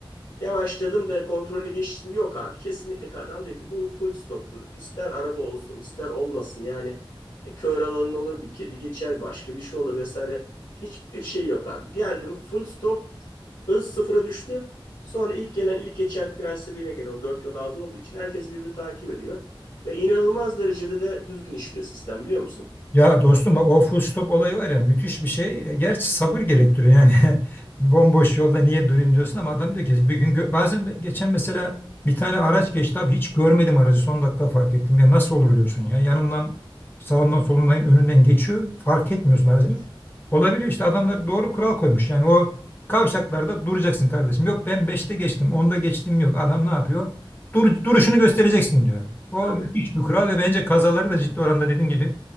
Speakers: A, on the left (about 50°); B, on the left (about 20°).
A: Yavaşladım da kontrollü geçtim. Yok abi kesinlikle adam diyor ki bu full stoptur. İster araba olsun ister olmasın. Yani e, kör alanın olur bir kedi geçer başka bir şey olur vesaire. Hiçbir şey yok abi. Geldim full stop hız sıfıra düştü. Sonra ilk gelen ilk geçer prensibine göre o dört yol ağzı olduğu için herkes birbirini takip ediyor. Ve inanılmaz derecede de düzgün işliyor sistem biliyor musun?
B: Ya dostum bak o full stop olayı var ya müthiş bir şey. E, Gerçi sabır gerektiriyor yani. <laughs> Bomboş yolda niye durayım diyorsun ama adam diyor ki bir gün gö- bazen be- geçen mesela bir tane araç geçti abi hiç görmedim aracı son dakika fark ettim. Ya nasıl olur diyorsun ya yanından sağından solundan önünden geçiyor fark etmiyorsun
A: Evet.
B: aracı. Olabiliyor işte adamlar doğru kural koymuş yani o kavşaklarda duracaksın kardeşim. Yok ben beşte geçtim onda geçtim yok adam ne yapıyor? Dur, duruşunu göstereceksin diyor. O
A: Tabii.
B: müthiş bir kural ve bence kazaları da ciddi oranda dediğin gibi